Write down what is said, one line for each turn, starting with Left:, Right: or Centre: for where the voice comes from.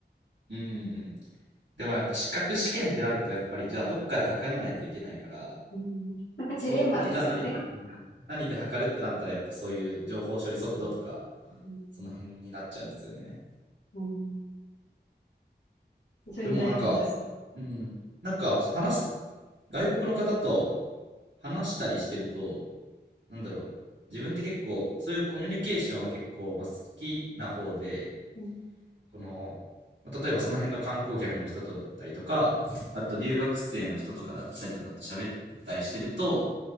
Right: うんうんうん。でもやっぱ資格試験ってなるとやっぱりじゃあどっかで測らないといけないから、
Left: うん、なんかジレンマですよね。
Right: そう、なじゃあ何、うん何で測るってなったらやっぱそういう情報処理速度とか、
Left: うん
Right: その辺になっちゃうんですよね。
Left: うん非常に悩みました。
Right: でもなんか、うん、なんか話す、外国の方と話したりしてると、なんだろう、自分って結構、そういうコミュニケーションは結構、まあ、好きな方で、
Left: うん
Right: この、まあ例えばその辺の観光客の人とだったりとか、あと留学生の人とかだったりとかと喋ったりしてると、